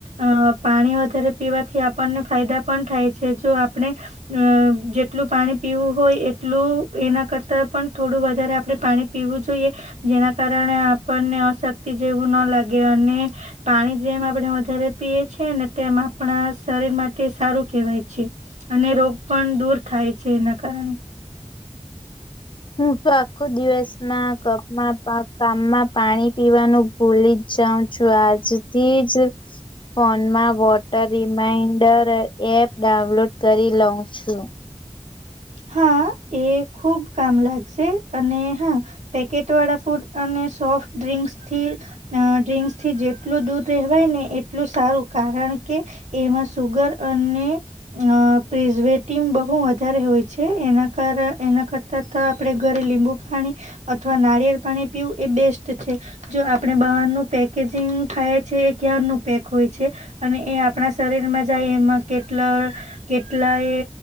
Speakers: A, on the right; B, on the left.
A: અ પાણી વધારે પીવાથી આપણને ફાયદા પણ થાય છે જો આપણે અ જેટલું પાણી પીવું હોય એટલું એના કરતા પણ થોડું વધ આપણે પાણી પીવું જોઈએ જેના કારણે આપણને અશક્તિ જેવું ના લાગે અને પાણી જેમ આપણે વધારે પીએ છેએ ને તેમ આપણા શરીર માટે સારું કે અને રોગ પણ દૂર થાય છે એના કારણે
B: <inaudible> હું તો આખો દિવસમાં કપમાં કામમાં પાણી પીવાનું ભૂલી જ ગામ છું આજ થી જ. ફોનમાં વોટર રિમાઈન્ડર એપ ડાઉનલોડ કરી લઉં છું.
A: હા. <inaudible> તે ખુબ કામ લાગશે અને હા પેકેટ વાળા ફૂડ અને સોફ્ટ ડ્રિંકસ થી ડ્રિંક્સ થી જેટલું દૂધ કહેવાય ને એટલું સારું કારણ કે એમાં સુુગર અને આજ વેઈટિગ બહુ વધારે હોય છે. છે એના કર એના કરતા આપણે ઘરે લીંબુ પાણી અથવા નારિયેળ પાણી પીવું એ બેસ્ટ છે, જો આપણે બહારનું પેકેજિંગ ખાય છે, એ ક્યાર નું પેક હોય છે. અને એ આપણા શરીરમાં જાય એમાં કેટલા કેટલા એ